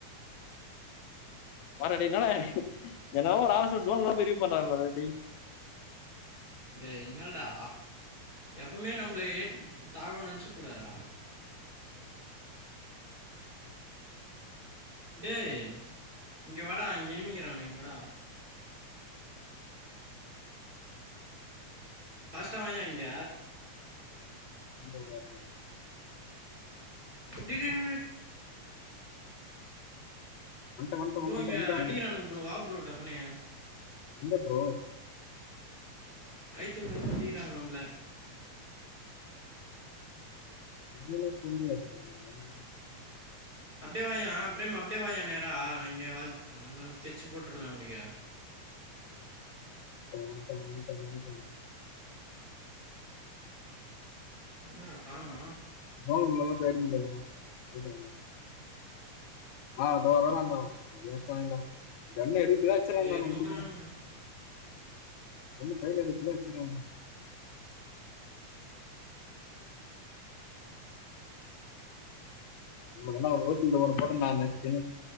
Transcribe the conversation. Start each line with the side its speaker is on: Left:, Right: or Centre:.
Left: பாரா டேய் என்னடா என்ன லா ஒரு ஆளா சொல் ஜோன்குல்லா பிரிக்க போறன்றானுங்க டா டேய்
Right: டேய் என்னடா எப்பமே நம்பள ஏட் தாழ்வ நன்ச்சுக் கூடாதுடா டேய் இங்க வாடா இங்க இருமிங்கிறாண்ட இங்க வாடா ஃபாஸ்ட்டா வாயே இங்க
Left: <inaudible>
Right: டே டே டேய்
Left: வன்ட்ட வன்ட்ட
Right: ப்ரோ
Left: வன்ட்ட
Right: இங்க
Left: வன்ட்ட
Right: அடிகிரானுங்க ப்ரோ வா ப்ரோ டப்புன்னே
Left: இந்த ப்ரோ
Right: கைத்து மேலயே அடிக்கிறாங்க நம்பள
Left: உள்ளவே <unintelligible>
Right: அப்டியே வாயா பிரேம் அப்டியே வாயே நேரா அ நா இங்க வள் வந்த ஒனே ஸ்கெட்ச் போட்றலா அவருக்கே
Left: டோன் டோன் டோன் டோ
Right: எங்கடா கானோ
Left: வா ப்ரோ போய் வாங்கினு வந்துள்ளா எ டி எம் ல ஆ தோ வாறானா பாரு வேஸ்ட் ஆயிடு கண் எடுக்கியா அச்சிருவானுங்க
Right: டேய்
Left: நம்ம
Right: தூக்குறானுங்கடா
Left: டீம் அ கண்னு கையில எடுக்குறதுக்குள்ள அட்சிர்வானுங்க உனுக்கு நா ஓசி ல வர சொகோ தானு நெனச்சுன்னு